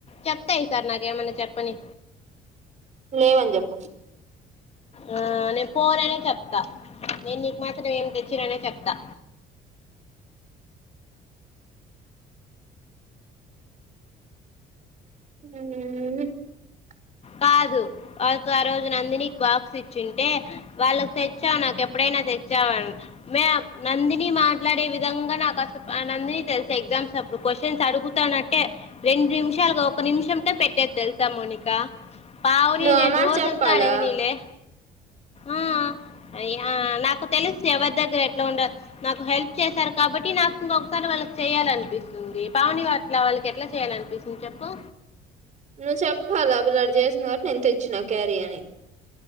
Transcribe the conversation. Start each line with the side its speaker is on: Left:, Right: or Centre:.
Left: చెప్తాత ఈసారి నాకేమన్నా చెప్పని
Right: లేవని చెప్పు
Left: ఆ నేను పోననే చెప్తా నేను నీకు మాత్రం ఏమి తెచ్చిననే చెప్తా
Right: ఉహు
Left: కాదు వాళ్ళకు ఆ రోజు నందికి బాక్స్ ఇచ్చింటే వాళ్ళకి తెచ్చావు నాకు ఎప్పుడైనా తెచ్చావాని మే నందిని మాట్లాడే విధంగా నాకు అసలు నందిని తెలుసా ఎగ్జామ్స్ అప్పుడు క్యూస్షన్స్ అడుగుతానట్టే రెండు నిమిషాలుగా ఒక నిమిషంతో పెట్టేది తెలుసా మౌనిక పావని
Right: నువ్వు
Left: నేను
Right: ఆ మాట
Left: రోజ
Right: చెప్పాలా
Left: అంతా అడగనీయలే ఆ అయ నాకు తెలుసు ఎవరి దగ్గర ఎట్లా ఉండ నాకు హెల్ప్ చేశారు కాబట్టి నాకు ఇంకొకసారి వాళ్ళకి చెయ్యాలనిపిస్తుంది పావని అట్ల వాళ్ళకి ఎట్లా చెయ్యాలనిపిస్తుంది చెప్పు
Right: నువ్వు చెప్పాలా ఆ పిల్ల అట్ట చేసిందికాబట్టి నేను తెచ్చిన క్యరీ అని